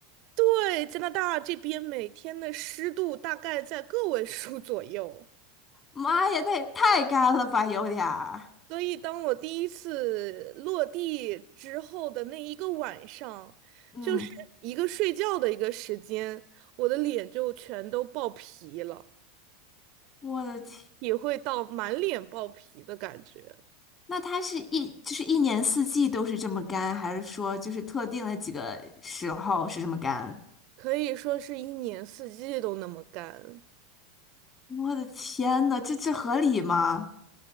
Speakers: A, on the right; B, on the left.
A: 对加拿大这边每天的湿度大概在个位数 <laughs> 左右。
B: 妈呀，那也太干了吧，有点儿。
A: 所以，当我第一次落地之后的那一个晚上，
B: 嗯，
A: 就是一个睡觉的一个时间，我的脸就全都爆皮了，
B: 我的天，
A: 也会到满脸爆皮的感觉，
B: 那它是一就是一年四季都是这么干，还是说就是特定的几个时候是这么干？
A: 可以说是一年四季都那么干。
B: 我的天呐，这这合理吗？